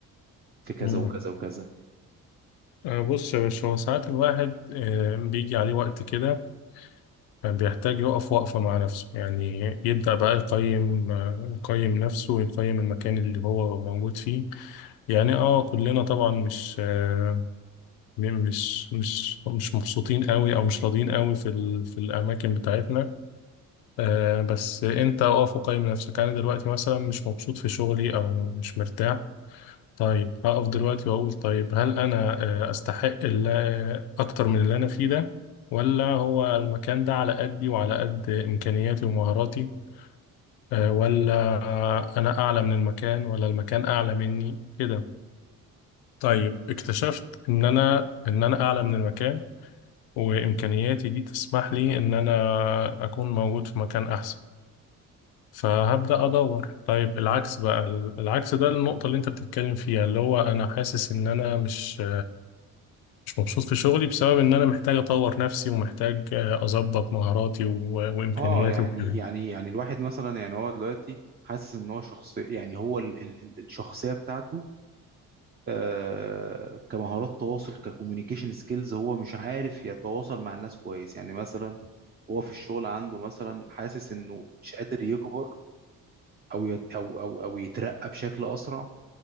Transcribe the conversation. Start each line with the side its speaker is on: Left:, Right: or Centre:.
Left: <laughs>
Right: في كذا
Left: امم
Right: وكذا وكذا
Left: آه بص يا باشا هو ساعات الواحد آه بيجي عليه وقت كده بيحتاج يقف وقفة مع نفسه يعني يبدأ بقى يقيم آه، يقيم نفسه ويقيم المكان اللي هو موجود فيه يعني اه كلنا طبعا مش آه م- مش مش مش مبسوطين قوي او مش راضيين قوي في ال- في الاماكن بتاعتنا آه بس انت اقف وقيم نفسك انا دلوقتي مثلا مش مبسوط في شغلي او مش مرتاح طيب هقف دلوقتي واقول طيب هل انا آه، استحق اللي اكتر من اللي انا فيه ده ولا هو المكان ده على قدي وعلى قد امكانياتي ومهاراتي آه ولا آه، انا اعلى من المكان ولا المكان اعلى مني كده طيب اكتشفت ان انا ان انا اعلى من المكان وامكانياتي دي تسمح لي ان انا اكون موجود في مكان احسن فهبدأ أدور طيب العكس بقى ال- العكس ده النقطة اللي أنت بتتكلم فيها اللي هو أنا حاسس إن أنا مش مش مبسوط في شغلي بسبب إن أنا محتاج أطور نفسي ومحتاج آه، أظبط مهاراتي و- وإمكانياتي
Right: اه يعني
Left: وكده
Right: يعني يعني الواحد مثلا يعني هو دلوقتي حاسس إن هو شخص يعني هو ال ال ال- الشخصية بتاعته آه كمهارات تواصل ككوميونيكيشن سكيلز هو مش عارف يتواصل مع الناس كويس يعني مثلا هو في الشغل عنده مثلا حاسس إنه مش قادر يكبر أو يت أو أو أو يترقى بشكل أسرع